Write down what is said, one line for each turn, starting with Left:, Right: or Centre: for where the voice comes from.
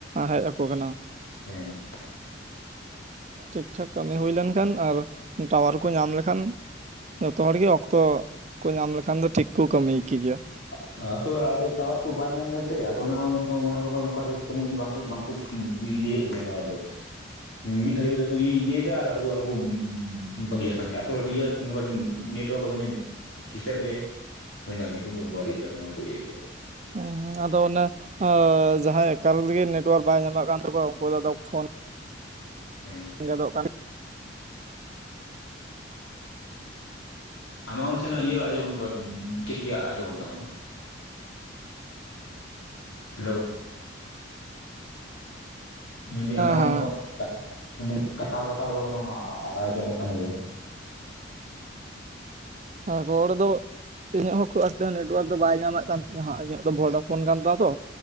Right: ᱦᱮᱡ ᱟᱠᱚ ᱠᱟᱱᱟ,
Left: ᱦᱮᱸ,
Right: ᱴᱷᱤᱠ ᱴᱷᱟᱠ ᱠᱟᱹᱢᱤ ᱦᱩᱭ ᱞᱮᱱᱠᱷᱟᱱ ᱟᱨ ᱴᱟᱣᱟᱨ ᱠᱚ ᱧᱟᱢ ᱞᱮᱠᱷᱟᱱ ᱡᱚᱛᱚ ᱦᱚᱲᱜᱮ ᱚᱠᱛᱚ ᱠᱚ ᱧᱟᱢ ᱞᱮᱠᱷᱟᱱ ᱫᱚ ᱴᱷᱤᱠ ᱠᱩ ᱠᱟᱹᱢᱤ ᱠᱮ ᱜᱤᱭᱟ,
Left: ᱟᱥᱚᱞᱮ ᱟᱫᱚ ᱴᱟᱣᱟᱨ ᱠᱚ ᱵᱟᱭ ᱧᱟᱢ ᱫᱟᱭᱥᱮ ᱟᱫᱚ ᱚᱱᱮ ᱚᱱᱠᱟ ᱚᱱᱠᱟᱜᱮ ᱥᱚᱢᱚᱭ ᱵᱟᱝ ᱠᱚ ᱵᱟᱝ ᱠᱚ ᱤᱭᱟᱹᱭᱮᱫ ᱜᱮᱭᱟ ᱱᱚᱣᱟᱫᱚ ᱢᱤᱫ ᱜᱷᱟᱹᱲᱤᱡ ᱤᱭᱟᱹᱭ ᱫᱟ ᱟᱨᱚᱠᱚ ᱟᱨᱚᱠᱚ ᱵᱟᱹᱜᱤᱭᱟᱜ ᱠᱟᱱ ᱜᱮᱭᱟ ᱟᱥᱚᱞ ᱤᱭᱟᱹ ᱱᱚᱠᱟ ᱱᱮᱴᱣᱟᱨᱠ ᱠᱚ ᱫᱚᱢᱮ ᱰᱤᱥᱴᱵᱽ ᱮᱫ ᱜᱮᱟᱭ ᱦᱩᱭᱳᱱᱟ ᱵᱟ ᱵᱟᱜᱤᱭᱟᱜ ᱠᱟᱱ ᱵᱟᱝ ᱠᱚ ᱤᱭᱟ. ᱭᱮᱫ ᱜᱮᱭᱟ᱾
Right: ᱦᱸ ᱟᱫᱚ ᱚᱱᱟ ᱡᱟᱦᱟᱸᱭ ᱮᱠᱟᱞ ᱛᱮᱜᱮ ᱱᱮᱴᱣᱟᱨᱠ ᱵᱟᱭ ᱧᱟᱢᱮᱫ ᱠᱟᱱ ᱛᱟᱠᱚᱣᱟ ᱩᱱᱠᱩ ᱫᱚ ᱟᱫᱚ ᱯᱷᱳᱱ
Left: ᱦᱮᱸ,
Right: ᱜᱮᱫᱚᱜ ᱠᱟᱱᱟ
Left: ᱟᱢᱟᱜ ᱚ ᱱᱟᱥᱮᱱᱟᱜ ᱤᱭᱟᱹ ᱟᱸᱡᱚᱢᱚᱱ ᱚᱱᱠᱟ ᱜᱮᱫ ᱜᱮ ᱟᱸᱡᱚᱢᱚᱜ ᱠᱟᱱ ᱛᱟᱢᱟ, ᱦᱮᱞᱳ, ᱢᱮᱱᱫᱟᱹᱧ ᱟᱢᱟᱜ
Right: ᱦᱮᱸ
Left: ᱱᱚᱝᱠᱟ ᱠᱟᱴᱟ ᱠᱟᱴᱟᱣ ᱢᱮᱱᱫᱟᱹᱧ ᱠᱟᱴᱟᱣ ᱠᱟᱴᱟᱣ ᱨᱚᱲ ᱟᱢᱟᱜ ᱟᱸᱡᱚᱢᱚᱜ ᱛᱟᱢ ᱜᱮᱭᱟ,
Right: ᱦ ᱨᱚᱲ ᱫᱚ ᱤᱧᱟᱹᱜ ᱦᱚᱸ ᱠᱷᱩᱵ ᱮᱠᱴᱟ ᱱᱮᱴᱣᱟᱨᱠ ᱫᱚ ᱵᱟᱭ ᱧᱟᱢᱮᱫ ᱠᱟᱱ ᱛᱤᱧᱟᱹ ᱦᱟᱜ ᱤᱧᱟᱹᱜ ᱫᱚ ᱵᱷᱚᱰᱟ ᱯᱷᱳᱱ ᱠᱟᱱ ᱛᱟᱸ ᱛᱚ,